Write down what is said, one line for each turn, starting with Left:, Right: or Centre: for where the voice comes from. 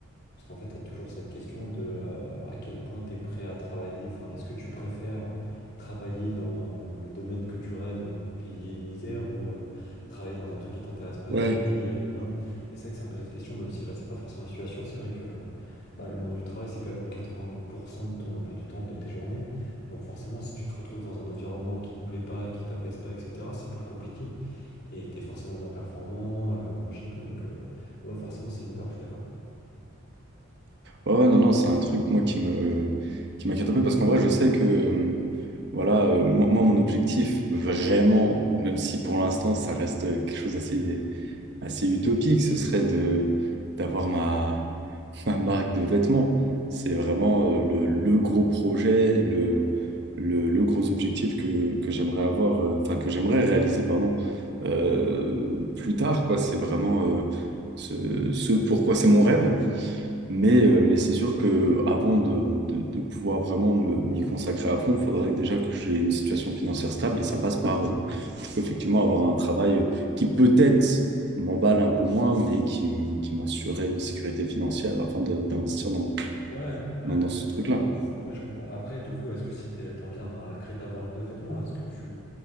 Left: parce qu'en fait, tu as toujours cette question de euh, à quel point tu es prêt à travailler, enfin, est-ce que tu préfères travailler dans euh, le domaine que tu rêves mais te payer une misère ou euh, travailler dans un truc qui t'intéresse pas
Right: Ouais,
Left: et être payé euh, une blinde? Et c'est vrai que c'est un peu cette question, même si là, c'est pas forcément la situation, c'est vrai que euh, bah, le monde du travail, c'est quand même 80% de ton emploi du temps de tes journées. Donc forcément, si tu te retrouves dans un environnement qui te plaît pas, qui t'apaise pas, etc., c'est plus compliqué. et t'es forcément moins performant, euh, machin et tout. Donc, euh, ouais, forcément, c'est une peur, je suis d'accord.
Right: Ouais, ouais, non, non, c'est un truc, moi, qui me, qui m'inquiète un peu parce qu'en vrai, je sais que, euh, voilà, euh, moi, moi, mon objectif, vraiment, même si pour l'instant, ça reste euh, quelque chose d'assez assez utopique, ce serait de d'avoir ma, ma marque de vêtements. C'est vraiment euh, le, le gros projet, le, le, le gros objectif que, que j'aimerais avoir, euh, enfin que j'aimerais réaliser, pardon, euh, plus tard, quoi. C'est vraiment euh, ce, ce pourquoi c'est mon rêve. Mais, euh, mais c'est sûr que avant de, de, de pouvoir vraiment me, m'y consacrer à fond, il faudrait déjà que j'ai une situation financière stable et ça passe par euh, peux effectivement avoir un travail qui peut-être m'emballe un peu moins, mais qui, qui m'assurait une sécurité financière afin de- d'investir dans,
Left: Ouais, ouais,
Right: dans, dans ce truc-là.
Left: c'est vrai, je comprends. Après, du coup, est-ce que si t'es- t'en viens à créer ta marque de vêtements, est-ce que tu,